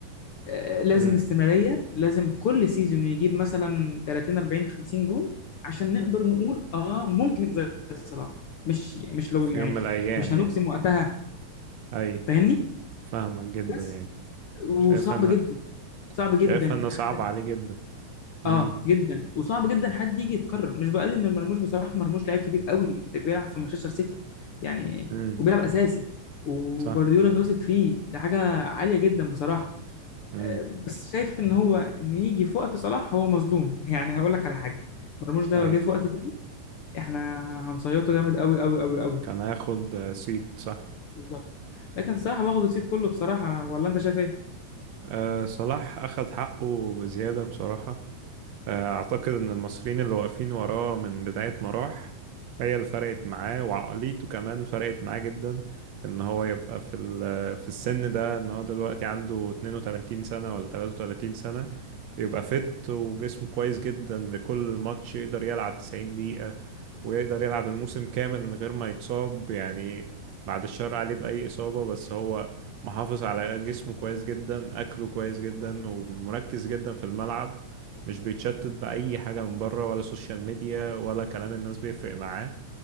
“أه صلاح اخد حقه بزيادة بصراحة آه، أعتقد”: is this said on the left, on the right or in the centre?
Right